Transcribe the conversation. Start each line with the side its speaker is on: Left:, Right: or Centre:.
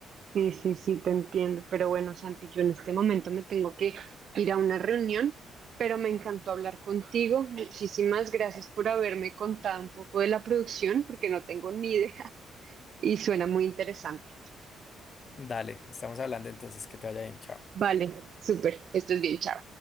Right: Sí, sí, sí, te entiendo. Pero bueno, Santi, yo en este momento me tengo que ir a una reunión, pero me encantó hablar contigo. Muchísimas gracias por haberme contado un poco de la producción, porque no tengo ni idea <laughs> y suena muy interesante.
Left: Dale, estamos hablando entonces que te vaya bien, chao.
Right: Vale, súper, esto es bien, chao.